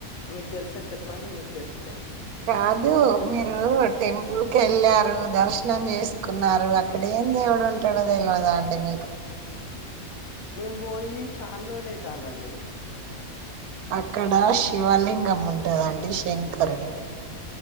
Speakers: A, on the left; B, on the right.
A: మీకు తెలుసా చెప్పండి మీకు తెలుసు
B: కాదు మీరు టెంపుల్ కెళ్ళా రూ దర్శనం చేసుకున్నారు అక్కడ ఏం దేవుడు ఉంటాడో తెలివదా అండి మీకు
A: మేము బోయి చాన్ రోజులు అయితాందండి
B: అక్కడ శివలింగం ఉంటందండి శంకరుడు